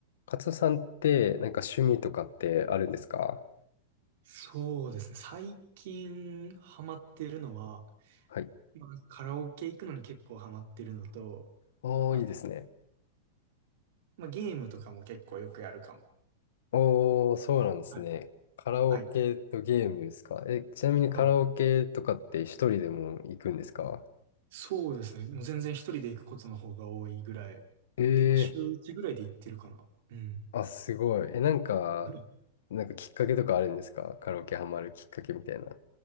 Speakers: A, on the left; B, on the right.
A: カツオさんって、なんか趣味とかってあるんですか
B: そうですね。最近ハマってるのは、
A: はい。
B: まあ、カラオケ行くのに結構ハマってるのと、
A: おー、
B: あ、
A: いいですね。
B: まあ、ゲームとかも結構よくやるかも。
A: おー、そうなんですね。
B: はい。
A: カラオケとゲームですかえ、
B: はい。
A: ちなみにカラオケとかって一人でも行くんですか
B: はいそうですね。もう全然一人で行くことの方が多いぐらい、
A: え
B: 結構週一ぐらいで行ってるかな。うん。
A: ー、あ、すごい。え、なんか、
B: <laughs>
A: なんかきっかけとかあるんですかカラオケハマるきっかけみたいな。